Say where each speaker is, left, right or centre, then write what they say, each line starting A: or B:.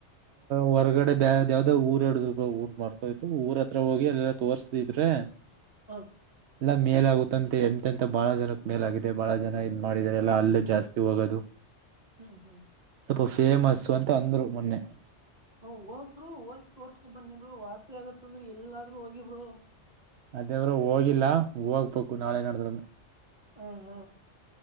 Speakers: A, on the right (about 75°); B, on the right (about 35°).
A: ಹೊರಗಡೆ ಬಾವ ಯಾವ್ದಾವ ಊರ್ರ ಹೇಳಡಿದ್ ಊರ್ ಮತೋಯ್ತು ಊರ ಹತ್ರ ಹೋಗಿ ಎಲ್ಲ ತೋರ್ಸತಿದ್ರು ಹಾ
B: ಹ
A: ಎಲ್ಲ ಮೇಲಾಗುತ್ತಂತೆ ಎಂತೆಂತ ಬಾಳ ಜನಕ್ ಮೇಲಾಗಿದೆ ಬಹಳ ಜನ ಇದನ್ ಮಾಡಿದಿದ್ದಾರೆ ಎಲ್ಲ ಅಲ್ಲೇ ಜಾಸ್ತಿ ಹೋಗೋದು
B: ಹ್ಮ್ ಹ್ಮ್
A: ಸ್ವಲ್ಪ ಫೇಮಸ್ ಅಂತ ಅಂದ್ರು ಮೊನ್ನೆ
B: ಹ ಹೋಗಬರು ಹೋಗಿ ತೋರ್ಸ್ಕೊ ಬನ್ನಿಬರು ವಾಸಿ ಆಗತ್ತಂದ್ರ ಎಲ್ಲಾದ್ೂ ಹೋಗಿಬರು
A: ಅದೇವರು ಹೋಗಿಲ್ಲಾ ಹೋಗ್ಬೇಕು ನಾಳೆ ನಡಿದ್್ರನು
B: ಹಾ ಹಾ